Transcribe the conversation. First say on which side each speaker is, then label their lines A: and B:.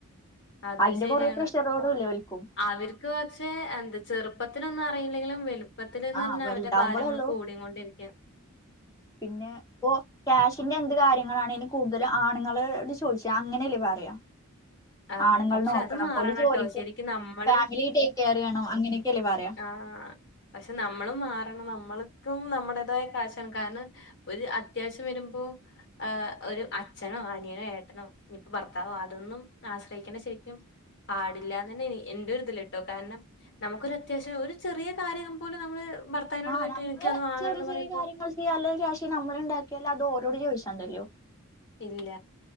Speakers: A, on the left (about 55°); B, on the left (about 15°).
A: അത്
B: അതിന്റെ
A: ശരിയാണ്
B: കൊറേ പ്രഷറോടുംല്ലേ ഓൽക്കും
A: അവർക്ക് പക്ഷെ എന്താ ചെറുപ്പത്തിനൊന്ന പറയില്ലെങ്കിലും വളുപ്പത്തില്ന്ന്
B: ആഹ്
A: പറഞ്ഞാ
B: വലുതാവുമ്പോളൊള്ളൂ
A: അവരുടെ ഭാരങ്ങള് കൂടി കൊണ്ടിരിക്ക
B: പിന്നെ ഇപ്പ ക്യാഷിന്റെ എന്ത് കാര്യങ്ങളാണേങ്കിലും കൂടുതലും ആണുങ്ങോട് ചോദിച്ച അങ്ങനെയല്ലേ പറ പറയ
A: അതെ
B: ആണുങ്ങൾ
A: പക്ഷെ
B: നോക്കണം
A: അത് മാറണംട്ടോ
B: ഒരു ജോലിക്ക്
A: ശരിക്കും
B: പോണം
A: നമ്മളും
B: ഫാമിലി ടേക്ക് കെയർ ചെയ്യണം അങ്ങനെയൊക്കെല്ലേ പറയാ
A: ആ പക്ഷെ നമ്മളും മാറണം നൾക്കും നമ്മുടേതായ കാശാണ് കാരണം ഒരു അത്യാവശ്യം വരുമ്പോ ഒരു അച്ഛനോ അനിയനോ ഏട്ടനോ ഇനിപ്പോ ഭർത്താവോ അതൊന്നും ആശ്രയിക്കേണ്ട ശരിക്കും പാടില്ലന്ന് തന്നെ എന്റെ ഇതില് കട്ടോ കാരണം നമുക്കൊരു അത്യാവശ്യം ഒരു ചെറിയ കാര്യം പോലും നമ്മള് ഭർത്താവിനോട്
B: ആഹ്
A: പോയിട്ട്
B: നമ്മള്
A: എനിക്കത് വാങ്ങണംന്ന്
B: ചെറിയ ചെറിയ
A: പറയുമ്പോ
B: കാര്യങ്ങൾ ചെയ്യാല്ല ക്യാഷ് നമ്മള് ഉണ്ടാക്കിയല്ല അത്ഓ ട് ചോദിച്ചണ്ടല്ലോ
A: ഇല്ല